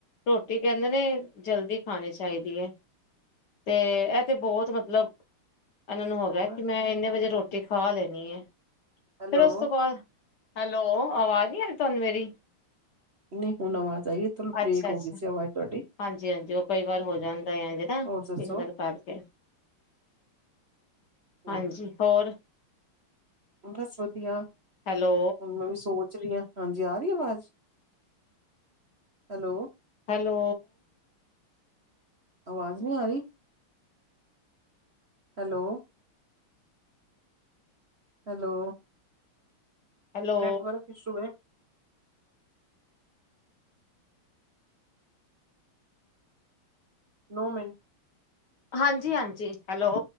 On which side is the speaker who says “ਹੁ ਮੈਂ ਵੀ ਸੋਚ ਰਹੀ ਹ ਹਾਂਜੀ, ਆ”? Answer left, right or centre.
Right